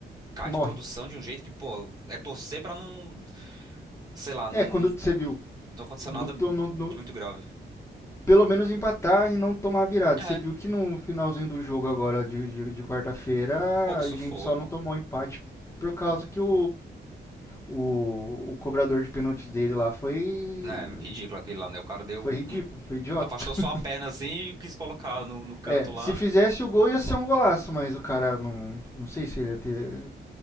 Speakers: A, on the right; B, on the left.
A: cai
B: Morre.
A: de produção de um jeito que, pô, é torcer pra não, sei lá, não,
B: É, quando você viu.
A: não acontecer
B: No,
A: nada
B: to- no, no,
A: de muito grave.
B: pelo menos empatar e não tomar virada.
A: É,
B: Você viu que no finalzinho do jogo agora de, de, de quarta-feira
A: pô, que
B: a
A: sufoco.
B: gente só não tomou empate por causa que o, o, o, o cobrador de pênaltis dele lá foi
A: É, ridículo aquele lá, né? O cara deu.
B: foi ridículo,
A: um-
B: foi idiota.
A: afastou só
B: <laughs>
A: a perna assim e quis colocar no, no canto
B: É,
A: lá.
B: se fizesse o gol ia ser um golaço, mas o cara não. Não sei se ele ia ter.